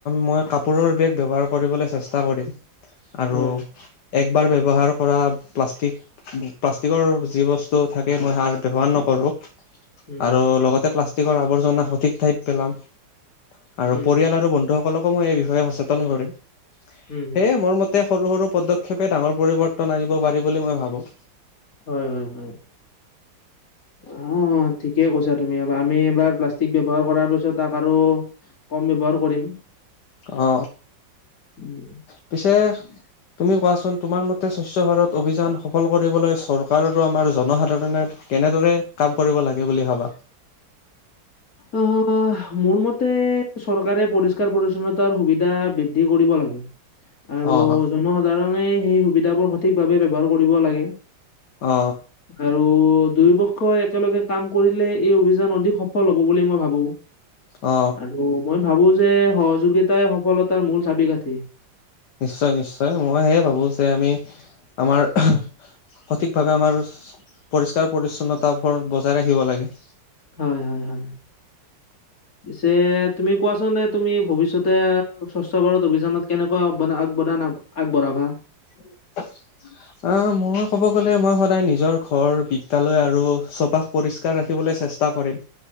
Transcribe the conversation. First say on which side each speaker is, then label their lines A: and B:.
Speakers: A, on the left; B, on the left.
A: মই কাপোৰৰ বেগ ব্যৱহাৰ কৰিবলৈ, চেষ্টা কৰিম। আৰু
B: হয়
A: একবাৰ ব্যৱহাৰ কৰা প্লাষ্টিক প্লাষ্টিকৰ যি বস্তু থাকে মই সাৰ ব্যৱহাৰ নকৰোঁ
B: উম
A: আৰু লগতে প্লাষ্টিকৰ আৱৰ্জনা সঠিক ঠাইত পেলাম আৰু
B: উম
A: পৰিয়াল আৰু বন্ধু সকলকো মই এই বিষয়ে সচেতন কৰিম। সেয়ে
B: উম
A: মোৰ মত তে সৰু সৰু পদক্ষেপে ডাঙৰ পৰিবৰ্তন আনিব পাৰি বুলি মই ভাবো
B: হয় হয় হয়, উম ঠিক ঠিকে কৈছা তুমি এবাৰ আমি এবাৰ প্লাষ্টিক ব্যৱহাৰ কৰাৰ পিছত তাক আৰু কম ব্যৱহাৰ কৰিম।
A: অ,
B: উম।
A: পিছে তুমি কোৱাচোন তোমাৰ মতে স্বচ্ছ ভাৰত অভিযান সফল কৰিবলৈ চৰকাৰ আৰু আমাৰ জনসাধাৰণে কেনেদৰে কাম কৰিব লাগে বুলি ভাবা?
B: অ মোৰ মত তে চৰকাৰে পৰিষ্কাৰ পৰিছন্নতাৰ সুবিধা বৃদ্ধি কৰিব লাগে। আৰু
A: অ অ
B: জনসাধাৰণে সেই সুবিধাবোৰ সঠিকভাৱে ব্যৱহাৰ কৰিব লাগে।
A: অ
B: আৰু দুয়ো পক্ষই একেলগে কাম কৰিলে এই অভিযান আ অ সফল হ'ব বুলি মই ভাবো।
A: অ
B: আৰু মই ভাবো যে সহযোগিতাই সফলতাৰ মূল চাবি কাঠি।
A: নিশ্চয় নিশ্চয় মই হেই ভাবো যে আমি আমাৰ সঠিক ভাৱে আমাৰ পৰিষ্কাৰ পৰিছন্নতা ফোৰ বজাই ৰাখিব লাগে।
B: হয় হয় হয়। পিছে তুমি কোৱাচোন এ তুমি ভৱিষ্যতে স্বচ্ছ ভাৰত অভিযানত কেনেকুৱা আব আবদান আগবঢ়াবা
A: <unintelligible> অ মই কব গলে মই সদায় নিজৰ ঘৰ বিদ্যলয় আৰু চৌপাশ পৰিস্কাৰ ৰাখিবলে চেষ্টা, তা কৰিম।